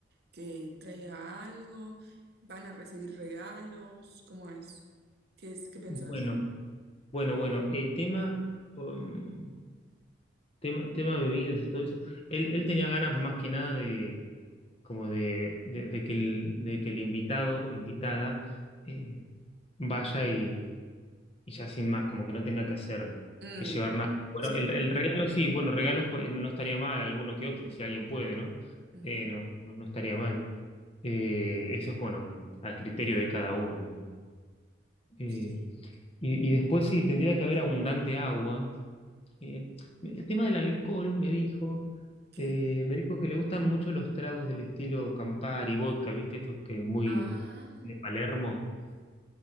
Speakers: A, on the right (about 55°); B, on the left (about 30°).
A: que traiga algo, van a recibir regalos, ¿cómo es? ¿Qué es? ¿Qué
B: Bueno,
A: pensás?
B: bueno, bueno, eh, tema, um, tema, tema bebidas y todo eso. Él, él tenía ganas más que nada de como de, de- de que el, de que el invitado, invitada, eh, vaya y, y ya sin más, como que no tenga que hacer,
A: Mm,
B: que llevar nada. Bueno,
A: sí.
B: el, el regalo sí, bueno, regalos pues, no estaría mal, alguno que otro, si alguien puede, ¿no?
A: mm,
B: Eh, no, no, no estaría mal. Eh, eso es bueno, como a criterio de cada uno, ¿no? Eh,
A: sí.
B: y, y después sí, tendría que haber abundante agua, que el tema del alcohol me dijo,
A: ¿Qué?
B: eh, me dijo que le gustan mucho los tragos del estilo Campari, vodka, ¿viste? Estos que muy
A: Ah,
B: de Palermo,